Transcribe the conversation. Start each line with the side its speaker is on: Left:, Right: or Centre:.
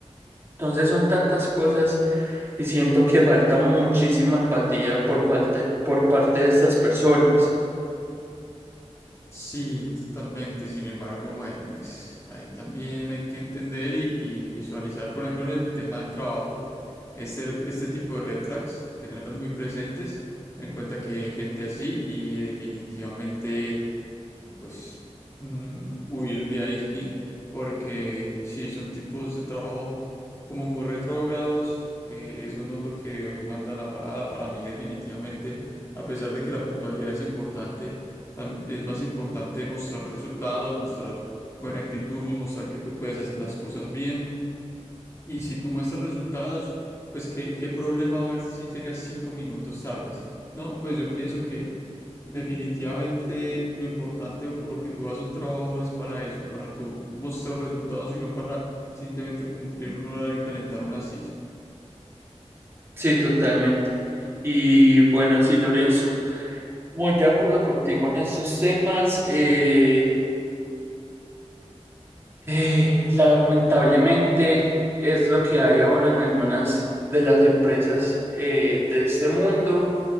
Right: Entonces son tantas cosas y siento que falta muchísima empatía por falta, por parte de estas personas.
Left: Sí, totalmente. Sin embargo, bueno, pues ahí también hay que entender y, y visualizar, por ejemplo, en el tema del trabajo, este, este tipo de red flags, tenerlas muy presentes, ten en cuenta que hay gente así y definitivamente eh, pues mm, huir de ahí, <laughs> porque si son tipos de trabajo como muy retrógrados, eh, eso no es lo que hoy manda la parada para mí definitivamente, a pesar de que la puntualidad es importante, tam- es más importante mostrar resultados, mostrar buena actitud, mostrar que tú puedes hacer las cosas bien. Y si tú muestras resultados, pues qué, qué problema va a haber si llegas cinco minutos tardes. No, pues yo pienso que definitivamente lo importante o por lo que tú vas a un trabajo es para eso, para tú mostrar resultados y no para simplemente cumplir un horario y calentar una silla.
Right: Sí, totalmente. Y bueno, sí, Lorenzo, muy de acuerdo contigo en estos temas. eh, eh, lamentablemente es lo que hay ahora en algunas de las empresas eh, de este mundo.